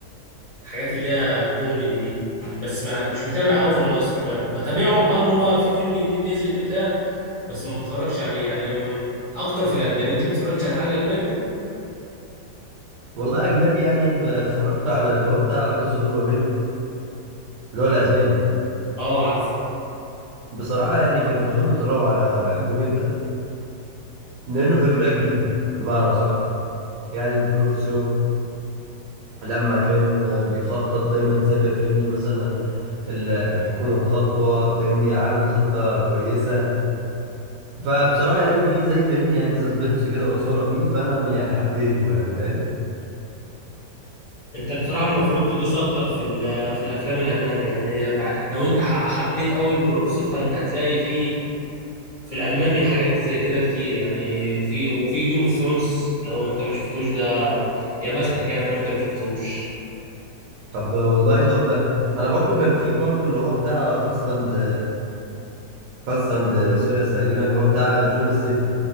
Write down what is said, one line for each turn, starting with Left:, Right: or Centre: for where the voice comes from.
Left: الحاجات اللي هي كوميدي دي بس ما مش متابع قوي في المصري ب- بتابعهم اه ان هو في فيلم جديد نزل بتاع بس ما بتفرجش عليه يعني م- اكتر في الاجنبي انت بتتفرجش على حاجه اجنبي
Right: والله اجنبي يعني ب- اتفرجت على اللي هو بتاع لا كاسا دو بابيل اللي هو الاسباني
Left: اه عارف
Right: بصراحة يعني كان في قمة الروعة انا بحبه جدا لانه فكرة جديدة بمعنى صح يعني البروفيسور لما كان بيخطط دايما سابق فهمني مثلا ال- الحكومة بخطوة فهمني عامل خطة كويسة فبصراحة يعني في زي فهمني يعني سسبنس كده وإثارة فيه فأنا يعني حبيته يعني فاهم
Left: انت بصراحه المفروض تدوس اكتر في ال- في الافلام الاجنبي يعني ب- لو انت ح- حبيت قوي البروفيسور فانت هتلاقي في في الاجنبي حاجات زي كده كتير يعني في وفي جيم اوف ثرونز لو انت ما شفتوش ده يا بختك يعني لو انت ما شفتوش
Right: طب والله طب أنا برضو كان في برضو اللي هو بتاع فاست أند فاست أند سيريس تقريبا اللي هو بتاع جون ستيتم